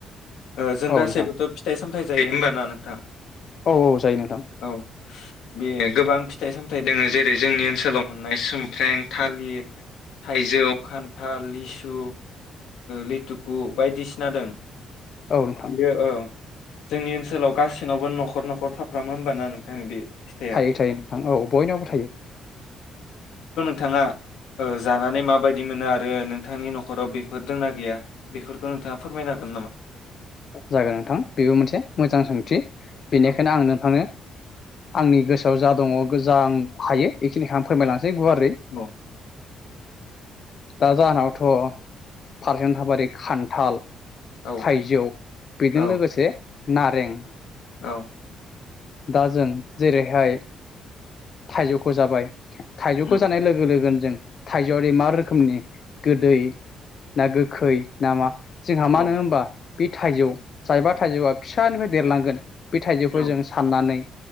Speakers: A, on the left; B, on the left.
A: ओ जों
B: औ
A: गासैबोथ'
B: नोंथां
A: फिथाइ सा सामथाय जायो होमबा ना नोंथां
B: औ औ जायो नोंथां
A: औ बे गोबां फि थाइ सामथाइ दोङो जेरै जोंनि ओनसोलाव मोननाय सोमख्रें, थालिर, थाइजौ, खान्थाल, लिसु, लिथुकु बायदिसिना दं
B: औ नोंथां
A: बियो औ जोंनि ओनसोलाव गासिनावबो न'खर न'खर थाफ्रामो होमबाना नोंथां बे फिथाइया
B: थायो थायो नोंथां औ बयनावबो थायो
A: थाङा ओ जानानै माबायदि मोनो आरो आरो नोंथांनि न'खराव बेफोर दंना गैया बेफोरखौ नोंथाङा फोरमायनो हागोन नामा
B: जागोन नोंथां बेबो मोनसे मोजां सोंथि बेनिखायनो
A: औ
B: आं नोंथांनो आंनि गोसोआव औव जा दङ गोजां हायो बेखिनिखौ आं फोरमायलांसै जै गुवारै
A: औ
B: दा जाहोनावथ' फारसे थाबारि खान्थाल
A: औ
B: थाइजौ बेजों
A: औ
B: लोगोसे नारें
A: औ।
B: दा जों जेरैहाय थाइजौखौ जाबाय थायजौखौ
A: औ
B: जानाय लोगो लोगोन जों थाइजौआरि मा रोखोमनि गोदै ना गोखै ना मा जोंहा
A: औ
B: मानो होमबा बे थाइजौ जायबा थाइजौआ फिसानिफ्राय देरलांगोन बे थाइजौखौ
A: औ
B: जों साननानै